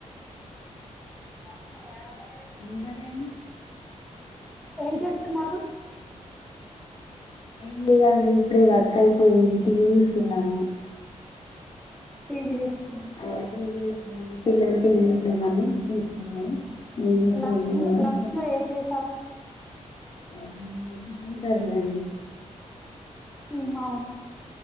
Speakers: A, in the centre; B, on the left (about 40°).
A: నూట యాభై
B: ఇంకా నేమి
A: ఏం చేస్తున్నారు
B: ఏం లేదండి ఇప్పుడే వర్క్ అయిపోయింది టీవీ చూస్తున్నాము
A: టీవి చూస్
B: ఆ టీవీ చూసాము పిల్లలు టీవీ చూసాం అని తీసుకున్నారు నేను ఇంకా
A: లంచ్
B: ఫోన్ చూద్దామని
A: లో లంచ్ లో ఏం చేసారు
B: ఆ చికెన్ కర్రీ అండి
A: మ్, అవును